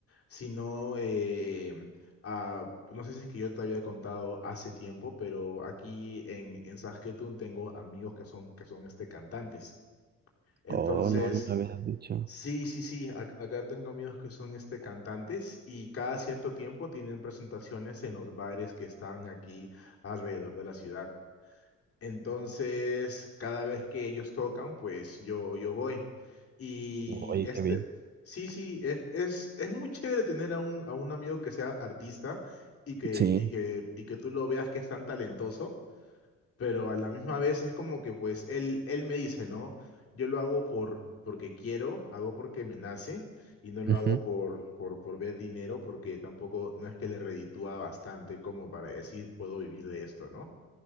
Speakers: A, on the left; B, on the right.
A: sino, eh, a- no sé si es que yo te había contado hace tiempo, pero aquí en, en Saskatoon tengo amigos que son, que son este cantantes. Entonces.
B: Oh, no, no me habías dicho.
A: Sí, sí, sí. ac- Acá tengo amigos que son este cantantes y cada cierto tiempo tienen presentaciones en los bares que están aquí alrededor de la ciudad. Entonces, cada vez que ellos tocan, pues yo, yo voy. Y
B: Oye,
A: este,
B: qué bien.
A: sí, sí, es, es, es muy chévere tener a un, a un amigo que sea artista y que,
B: Sí.
A: y que, y que tú lo veas que es tan talentoso pero a la misma vez es como que pues él, él me dice, ¿no? Yo lo hago por, porque quiero, hago porque me nace y no lo
B: ujú.
A: hago por, por, por ver dinero porque tampoco no es que le reditúa bastante como para decir puedo vivir de esto, ¿no?